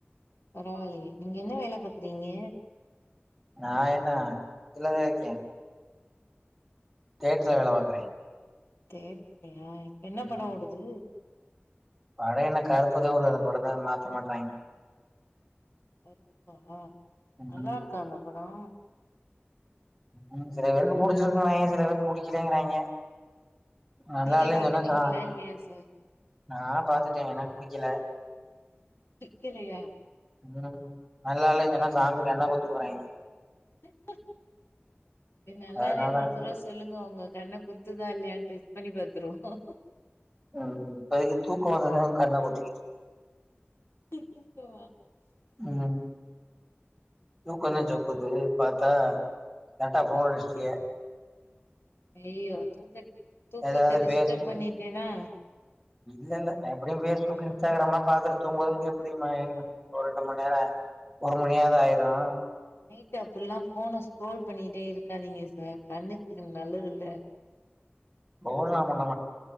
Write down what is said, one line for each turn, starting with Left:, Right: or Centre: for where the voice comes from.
Left: பரவால்லியே நீங்க என்ன வேல பாக்கறீங்க
Centre: நான் என்ன <unintelligible> இருக்கே தியேட்டருல வேலை பாக்குறே
Left: தே‌ இல்லியா என்ன படோ
Centre: ம்
Left: ஓடுது
Centre: படோ என்ன கருப்புதா ஓடுது அந்த படத்த இன்னு மாத்த மாட்றாய்ங்க
Left: கருப்பா
Centre: ம்
Left: நல்லா இருக்கா அந்த படோ
Centre: ம் சில பேருக்கு புடிச்சிருக்கு <unintelligible> சில பேருக்கு புடிக்கிலங்கிறாய்ங்க நல்லா
Left: நீங்க
Centre: இல்லைன்னு
Left: பாத்துட்டீங்களா
Centre: சொன்னா‌ ச
Left: இல்லையா சார்
Centre: நா பாத்துட்டே எனக் புடிக்கல
Left: புடிக்கலையா
Centre: அதனாலதா நல்லா இல்லன்னா சொன்னா சாமி கண்ண குத் <unintelligible> ன்
Left: எய்‌ ப்ப ஏ நல்லா
Centre: அதனால
Left: இல்லைன்னு ஒரு தடவ சொல்லுங்க உங்க கண்ண குத்துதா இல்லையான்னு டெஸ்ட் பண்ணி பாத்துருவோ
Centre: அது இப்போதைக்கி தூக்கோ வந்ததுக்காக கண்ண குத்திகிச்சி
Left: <unintelligible>
Centre: ம் தூக்கந்தா சொக்குது பாத்தா கரெக்டா ஃபோனு அடிச்சிட்டிங்க
Left: ஐயயோ தூக்க தூக்கத்த
Centre: எதாவது
Left: டிஸ்டப்
Centre: பேசு
Left: பண்ணிட்டனா
Centre: இல்ல இல்ல எப்படியும் ஃபேஸ்புக் இன்ஸ்டாகிராம்லா பாத்துட்டு தூங்கறதுக்கு எப்படியுமு ஒரு ரெண்டு மணி நேரோ ஒரு மணியாது ஆயிரும்
Left: ட்டு அப்பிடிலா ஃபோன ஸ்க்ரோல் பண்ணிட்டே இருக்காதீங்க சார் கண்ணுக்கு நல்லது இல்ல
Centre: ரோல்லா பண்ண